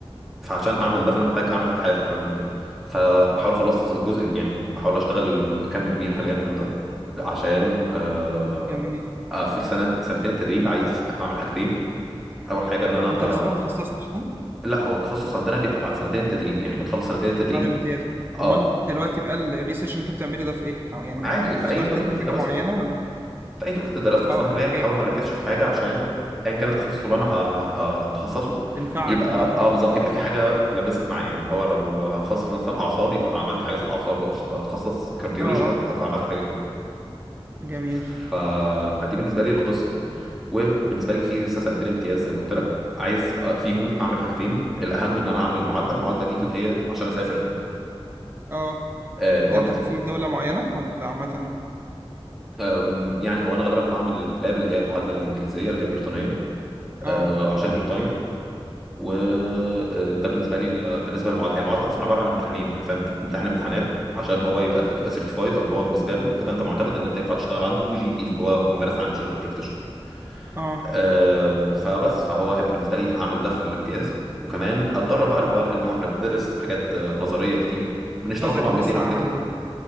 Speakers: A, in the centre; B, on the right.
A: فعشان اعمل ده فانا محتاج اعمل ابحاث وكلام من ده فبحاول اخلص جزء يعني بحاول اشتغل كم كبير حاليا من ده عشان آه،
B: جميل
A: آه، في السنه سنتين التدريب عايز اعمل حاجتين اول حاجه ان انا
B: انت
A: آه،
B: لسه ما اتخصصتش صح؟
A: لا هو التخصص عندنا بيبقى بعد سنتين التدريب يعني بتخلص سنتين التدريب
B: بعد الامتياز امال
A: اه
B: دلوقتي بقى ال- الريسيرش اللي انت بتعمله ده في ايه؟ أو يعني
A: عادي في
B: اخترت
A: اي توبيك
B: انت
A: انت
B: حاجة
A: درسته
B: معينة ولا في...
A: في اي توبيك انت درسته بس
B: اه اوكي
A: انا حاليا بحاول ما اركزش في حاجه عشان ايا كان التخصص اللي انا ه- هتخصصه
B: تنفعك
A: يبقى
B: بعد كده
A: اه بالظبط يبقى في حاجه لمست معايا يعني اللي هو لو هتخصص مثلا اعصاب يبقى عملت حاجه في الاعصاب لو ش- هتخصص كارديولوجي
B: اه اه
A: هت- عملت حاجه كده
B: جميل
A: ف... فدي بالنسبه لي القصه وبالنسبه لي في لسه سنتين امتياز زي ما قلت لك عايز آه، فيهم اعمل حاجتين الاهم ان انا اعمل المعادله المعادله دي اللي هي عشان اسافر
B: اه
A: آه، اللي
B: ده
A: هو
B: انت
A: بالنسبه
B: في دولة معينة ولا عامة
A: آم، يعني هو انا غالبا هعمل بلاب اللي هي المعادله الانجليزيه اللي هي البريطانيه
B: اه
A: آه، عشان بريطانيا وده بالنسبه لي ال- بالنسبه للمعادله هي المعادله اصلا عباره عن امتحانين يعني فاهم انت بتمتحن امتحانات عشان هو يبقى تبقى سيرتيفايد او اللي هو بالنسبه له كده انت معتمد ان انت ينفع تشتغل عنده جي بي اللي هو ممارس عام جنرال براكتيشنر
B: اه
A: آه فبس فهو هيبقى بالنسبه لي عامل ده في الامتياز وكمان اتدرب بقى اللي هو لانه احنا بندرس حاجات آه، نظريه كتير بنشتغل
B: نظري
A: طبعا
B: لسه
A: بايدينا وكده
B: عملي بقى